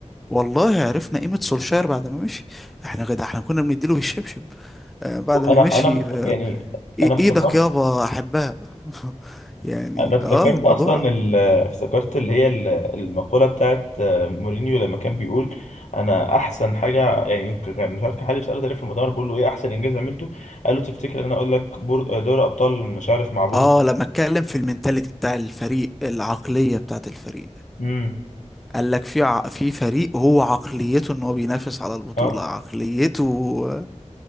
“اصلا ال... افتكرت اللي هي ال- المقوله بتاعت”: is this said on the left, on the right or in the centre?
Left